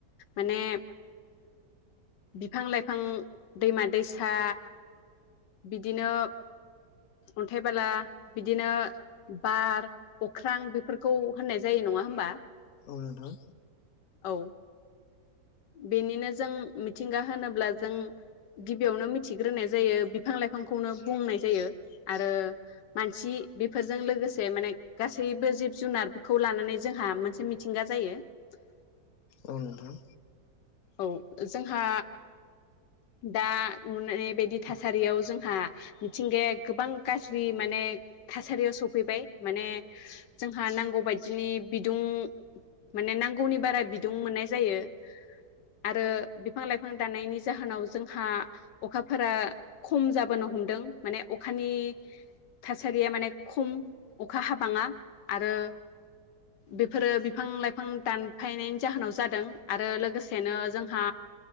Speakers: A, on the left (about 85°); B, on the left (about 60°).
A: माने बिफां -लाइफां, दैमा - दैसा बिदिनो अन्थाइ बाला बिदिनो बार अख्रां बेफोरखौ होननाय जायो नङा होनबा
B: औ नोंथां
A: औ बेनिनो जों मिथिंगा होनोब्ला जों गिबियावनो मिथिग्रोनाय जायो । बिफां - लाइफांखौनो बुंनाय जायो आरो मानसि बेफोरजों लोगोसे माने गासैबो जिब - जुनारखौ लानानै जोंहा मोनसे मिथिंगा जायो ।
B: औ नोंथां
A: औ जोंहा दा नुनाय बायदि थासारियाव जोंहा मिथिंगाया गोबां गाज्रि माने थासारियाव सफैबाय माने जोंहा नांगौ बायदिनि बिदुं माने नांगौनि बारा बिदुं मोननाय जायो । आरो बिफां - लाइफां दाननायनि जाहोनाव जोंहा अखाफोरा खम जाबोनो हमदों माने अखानि थासारिया माने खम अखा हाबाङा आरो बेफोरो बिफां - लाइफां दानफायनायनि जाहोनाव जादों आरो लोगोसे नो जोंहा